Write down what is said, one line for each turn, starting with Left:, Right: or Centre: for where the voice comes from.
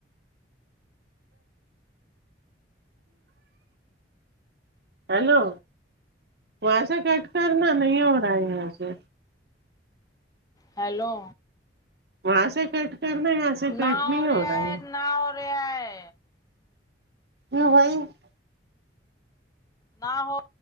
Right: ہیلو وہاں سے کٹ کر نا نہیں ہو رہا ہے یہاں سے
Left: ہیلو
Right: وہاں ںسے کٹ کرنا یہاں سے کٹ
Left: ناو
Right: نہیں
Left: ریا
Right: ہو رہا
Left: ہے ناو ریا ہے
Right: <inaudible>
Left: نہ ہو